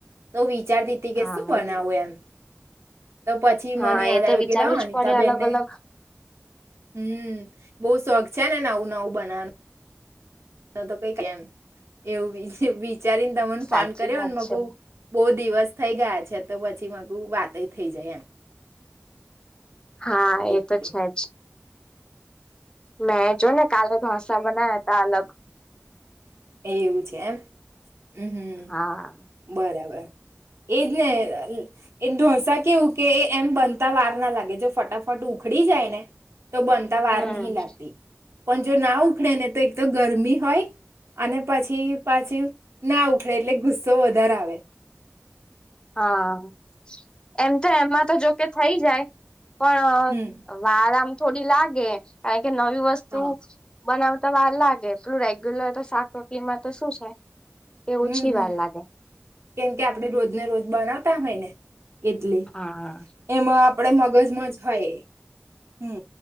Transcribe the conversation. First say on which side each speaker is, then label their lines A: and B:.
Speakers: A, on the right; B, on the left.
A: તો વિચાર દીતી
B: હા
A: કે શું? બનાવું
B: એ
A: એમ, તો પછી
B: હા
A: મને યાદ
B: એ તો
A: આવુ
B: વિચારવું
A: લાવ
B: જ
A: અનિતાબેન
B: પડે અલગ
A: ને
B: અલગ
A: હમ બહુ શોખ છે, ને નવું નવું બનાવાનું ના તો કઈ કેમ એવું વિચારીને તમેને
B: સાચી
A: ફોન કર્યોને
B: વાત
A: મગ
B: છે
A: બહ દિવસ થઈ ગયા છે તો પછી મકુ વાતય થઇ જાય એમ
B: હા
A: એટલે
B: એ તો છે જ મે જો ને કાલે ઢોસા બનાયાતા તાલક
A: એ એવું છે એમ હમ હમ
B: હા
A: બરાબર એજને એ ઢોસા કે ઉ કે એ એમ બનતા વાર ના લાગે જો ફટાફટ ઉખડી જાય ને તો બનતા વાર
B: હમ
A: નહીં લાતી પણ જો ના ઉખડે ને તો એક તોમ ગરમી હોય અને પછી પાછી ના ઉખડે એટલે ગુસ્સો વધારે આવે
B: હા એમ તો એમાં તો જોકે થઈ જાય પણ
A: હમ્મ
B: અ વારામ થોડી લાગે કાઈ કે નવી વસ્તુ
A: હા
B: બનાવતા વાર લાગે એટલું રેગ્યુલર તો શાક રોટલી માં તો શું છે કે ઓછી
A: હમ હમ
B: વાર લાગે
A: કેમ કે આપડણે રોજને રોજ બનાવતા હોય ને એટલે
B: હા
A: એમાં આપડે મગજ મજ હોય હમ